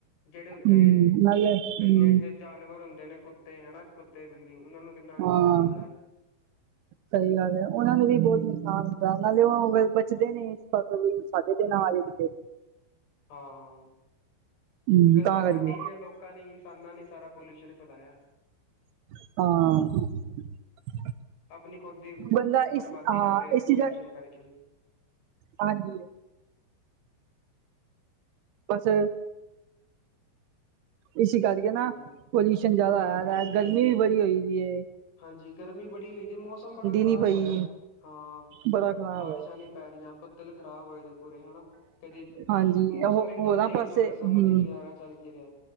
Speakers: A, on the left; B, on the right.
A: ਜੇੜੇ ਓਥੇ,
B: ਹਮ ਨਾਲੇ ਹਮ
A: ਗਲੀਆਂ ਚ ਜਾਨਵਰ ਹੁੰਦੇ ਨੇ ਕੁੱਤੇ ਹਨਾ ਕੁੱਤੇ ਬੀਲੀ ਓਨਾਂ ਨੂੰ ਕਿੰਨਾ ਨੁਕਸਾਨ
B: ਹਾਂ,
A: ਹੁੰਦਾ ਹੈ।
B: ਸਈ ਗੱਲ ਐ ਓਨਾਂ ਨੂੰ ਵੀ ਬੋਤ ਨੁਕਸਾਨ ਹੁੰਦਾ ਨਾਲੇ ਓ ਬਚਦੇ ਨੀ ਇਸ ਸਾਡੇ ਤੇ ਨਾ ਆਜੇ ਕੀਤੇ।
A: ਹਾਂ।
B: ਹਮ
A: ਗਲਤੀ
B: ਤਾਂ
A: ਸਾਡੀ
B: ਕਰਕੇ
A: ਵੀ ਆ ਲੋਕਾਂ ਨੇ ਈਨਸਾਨਾਂ ਨੇ ਸਾਰਾ ਪਲਊਸ਼ਨ ਫੈਲਾਏਆ।
B: ਹਾਂ।
A: ਆਪਣੀ ਖੁਦ ਦੀ
B: ਬੰਦਾ
A: ਬਰਬਾਦੀ
B: ਇਸ ਹਾਂ
A: ਕਰ ਰਏ ਨੇ
B: ਇਸ ਚੀਜ਼
A: ਪਲਊਸ਼ਨ ਕਰਕੇ।
B: ਹਾਂਜੀ। ਬਸ। ਈਸੇ ਕਰਕੇ ਨਾ,
A: ਹੂੰ
B: ਪਲਊਸ਼ਨ ਜਾਦਾ
A: ਹਾਂਜੀ
B: ਹੋਏਆ ਦਾ ਗਰਮੀ ਵੀ ਬੜੀ ਹੋ ਦੀਏ।
A: ਹਾਂਜੀ ਗਰਮੀ ਬੜੀ ਹੋਈ ਦਯੀ ਮੌਸਮ ਬੜਾ ਖ਼ਰਾਬ
B: ਨੀ ਪਈ
A: ਹੋ ਰੇਆ, ਹਾਂ,
B: ਬੜਾ ਖ਼ਰਾਬ
A: ਬਾਰੀਸ਼ਾਂ
B: ਹੋਇਆ
A: ਨੀ ਪੈ ਰਈਆਂ ਬਦ ਦਿਲ ਖਰਾਬ ਹੋਏ ਗਏ ਪੂਰੇ ਹੈਨਾ। ਕਦੇ
B: ਹਾਂਜੀ
A: ਕੀ ਮੌਸਮ
B: ਉਹ
A: ਏਕ
B: ਹੋਰਾਂ
A: ਦਮ ਚੇਂਜ
B: ਪਾਸੇ
A: ਹੋ ਰੇਆ ਸਮਝ
B: ਹੂੰ
A: ਈ ਨੀ ਆ ਰੇਆ ਚੱਲ ਕੀ ਰੇਆ।